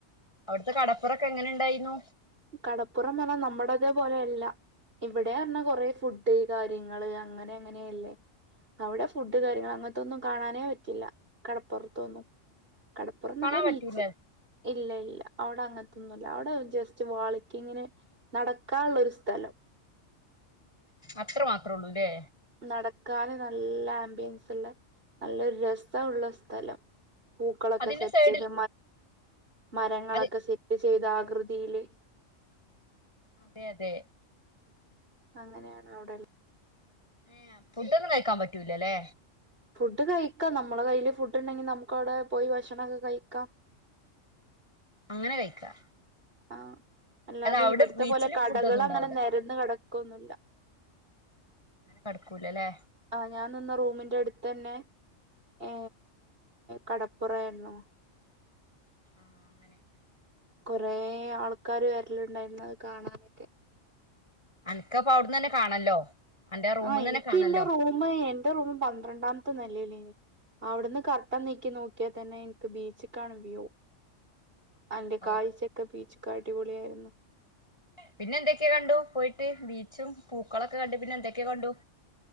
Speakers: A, on the left (about 20°); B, on the right (about 45°).
A: അവിടുത്തെ കടപ്പുറൊക്കെ എങ്ങനെ ഉണ്ടായിരുന്നു
B: കടപ്പുറം പറഞ്ഞാ നമ്മടതേ പോലെയ അല്ല ഇവിടെ പറഞ്ഞാ കൊറേ ഫുഡ് കാര്യങ്ങള് അങ്ങനെ അങ്ങനെയല്ലേ അവിടെ ഫുഡ് കാര്യങ്ങ അങ്ങനത്തൊന്നും കാണാനേ പറ്റില്ല കടപ്പുറത്തൊന്നും കടപ്പുറം
A: കാണാൻ
B: നല്ല
A: പറ്റൂല
B: ബീച്ച് ഇല്ല ഇല്ല അവിടെ അങ്ങത്തെ ഒന്നുല്ല അവിടെ <unintelligible> വാളിക്ക്ങ്ങ്ന് നടക്കാനുള്ളൊരു സ്ഥലം
A: അത്ര മാത്രം ഒള്ളൂല്ലേ
B: നടക്കാന് നല്ല ആംബിയൻസ്ള്ള നല്ലോരു രസ ഉള്ള സ്ഥലം പൂക്കളൊക്കെ
A: അതിന്റെ
B: സെറ്റ്
A: സൈഡിൽ
B: ചെയ്ത് മരങ്ങളൊക്കെ
A: അത്
B: സെറ്റ്ചെയ്ത് ചെയ്ത ആകൃതിയിലേ
A: അതെ അതെ
B: അങ്ങനെയാണ് അവിടെല്ലാം
A: ഹേ ഫുഡ്കഴിച്ചോ കാണാൻ പറ്റൂലല്ലേ
B: ഫുഡ് കഴിക്കാം നമ്മളെ കയ്യിൽ ഫുഡ് ഉണ്ടെങ്കിൽ നമുക്ക് അവിടെ പോയി ഭക്ഷണംമൊക്കെ കഴിക്കാം
A: അങ്ങനെ കഴിക്കാ
B: ആ അല്ലാതെ
A: അവിടെ
B: ഇവിടത്തെ
A: ബീച്ചില്
B: പോലെ കടകൾ
A: ഫുഡൊന്നും ഉണ്ടാവൂല
B: അങ്ങനെ നിരന്ന് കെ - ക്കൊന്നു ല്ല
A: കടക്കൂലല്ലേ
B: ആ ഞാൻ നിന്ന റൂമിന്റെ അടുത്ത് തന്നെ ഏ കടപ്പുറ ആരുന്നുോ
A: ആ അങ്ങനെ <unintelligible>
B: കൊറെ ആൾക്കാാര് വരലുണ്ടായിരുന്നു അത് കാണാനൊക്കെ
A: അനക്കപ്പ അവിടന്ന് ന്നെ കാണല്ലോ അന്റെ റൂമിന്ന്
B: ആഹ് എനിക്ക്
A: തന്നെ കാണല്ലോ
B: എന്റെ റൂമ്, എന്റെ റൂം പന്ത്രണ്ടാമത്തെ നിലയില്. അവിടുന്ന് കർട്ടൻ നീക്കി നോക്കിയാൽ തന്നെ എനിക്ക് ബീച്ചിൽ കാണും വ്യു. അന്റെ
A: ഓ
B: കാഴ്ചക്കെ ബീച്ച്. അടിപൊളിയായിരുന്നു.
A: പിന്നെ എന്തൊക്കെയാ കണ്ടു, പോയിട്ട് ബീച്ചും പൂക്കളൊക്കെ കണ്ട് പിന്നെ എന്തൊക്കെയാ കണ്ടു.